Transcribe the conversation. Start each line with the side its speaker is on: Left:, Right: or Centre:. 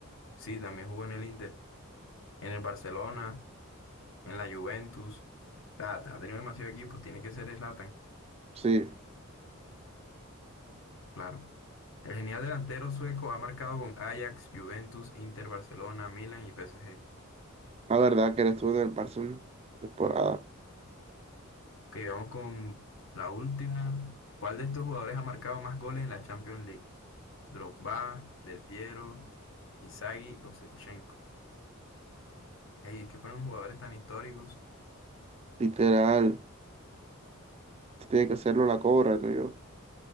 Left: Sí, también jugó en el Inter. En el Barcelona, en la Juventus. O sea, ha tenido demasiados equipos. Tiene que ser Zlatan,
Right: Sí,
Left: claro. El genial delantero sueco ha marcado con Ajax, Juventus, Inter, Barcelona, Milan y PSG.
Right: la verdad que él estuvo en el Barça una temporada.
Left: Ok, vamos con la última. ¿Cuál de estos jugadores ha marcado más goles en la Champions League? Drogba, Del Piero, Inzaghi o Shevchenko. Ey, es que ponen jugadores tan históricos.
Right: Literal, tiene que hacerlo la cobra, ¿no? Yo,